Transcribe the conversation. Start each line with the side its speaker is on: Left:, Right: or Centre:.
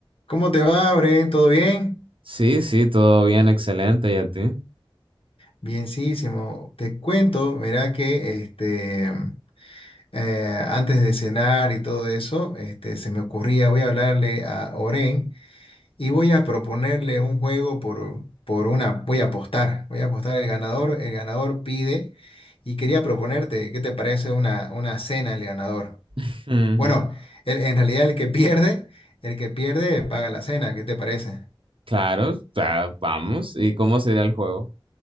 Left: ¿Cómo te va, Bren? ¿Todo bien?
Right: Sí, sí, todo bien, excelente, ¿y a ti?
Left: Bienísimo. Te cuento, mira que este, eh, antes de cenar y todo eso, este, se me ocurría, voy a hablarle a Oren y voy a proponerle un juego por, por una, voy a apostar, voy a apostar el ganador, el ganador pide y quería proponerte, ¿qué te parece una, una cena el ganador?
Right: Ujú,
Left: Bueno, el- en realidad el que pierde, el que pierde paga la cena, ¿qué te parece?
Right: Claro, o vamos. ¿Y cómo sería el juego?